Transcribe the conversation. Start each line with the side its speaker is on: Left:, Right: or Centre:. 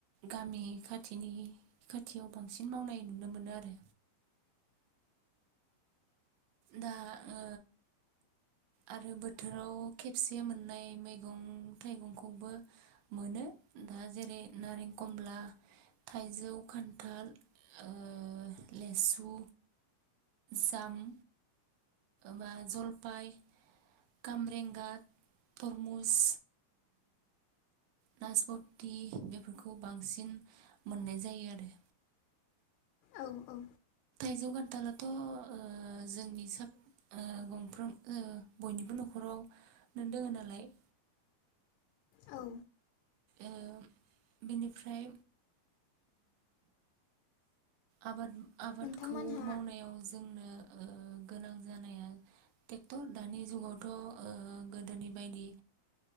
Right: गामि खाथिनि खाथियाव बांसिन मावनाय नुनो मोनो आरो दा ओ आरो बोथोराव खेबसे मोननाय मैगं थाइगंखौबो मोनो दा जेरै नारेंकमला थाइजौ खान्थाल ओ लेसु जाम बा जलपाय कामरेंगा तरमुस नासपति बेफोरखौ बांसिन मोननाय जायो आरो
Left: औ-औ
Right: थाइजौ खान्थालाथ ओ जोंनि स गंफ्रोम ओ बयनिबो नखराव नो दोङो नालाय
Left: औ
Right: ओ बिनिफ्राय आबाद आबादखौ
Left: नोंथांमोनहा
Right: मावनायाव जोंनो ओ गोनां जानाया टेक्टर दानि जुगावथ ओ गोदोनि बायदि